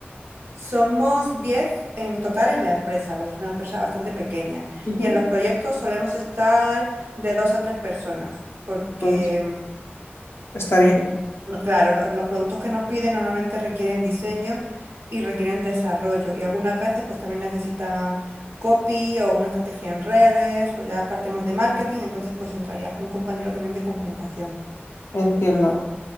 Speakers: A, on the right; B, on the left.
A: Somos 10 en total en la empresa, porque es una empresa bastante pequeña.
B: ujú.
A: Y en los proyectos solemos estar de dos a tres personas, porque,
B: Pues está
A: mm,
B: bien,
A: no- claro, lo- los productos que nos piden normalmente requieren diseño y requieren desarrollo. Y algunas veces pues también necesitan copy o una estrategia en redes o ya parte más de marketing, entonces pues entraría algún compañero también de comunicación.
B: entiendo.